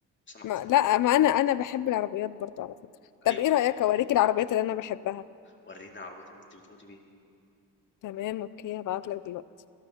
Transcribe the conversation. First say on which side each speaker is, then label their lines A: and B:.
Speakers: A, on the left; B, on the left.
A: سمحتي
B: ما لا ما انا انا بحب العربيات برضو على فكرة طب
A: ايوه
B: ايه رأيك اوريك العربيات اللي انا بحبها
A: ورينا عربيه اللي انت بتموتي بيها
B: تمام اوكي هبعتلك دلوقتي